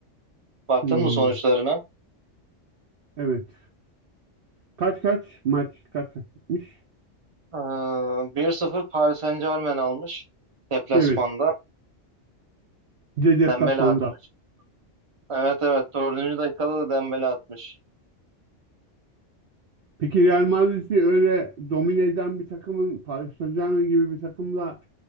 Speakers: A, on the right; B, on the right.
A: Baktın
B: Hmm,
A: mı sonuçlarına?
B: evet. Kaç kaç maç kaç kaç bitmiş?
A: Ee, 1-0 Paris Saint-Germain almış. Deplasmanda.
B: Evet. Bir de deplasmanda.
A: Dembele atmış. Evet evet. Dördüncü dakikada da Dembele atmış.
B: Peki Real Madrid'i öyle domine eden bir takımın Paris Saint-Germain gibi bir takımla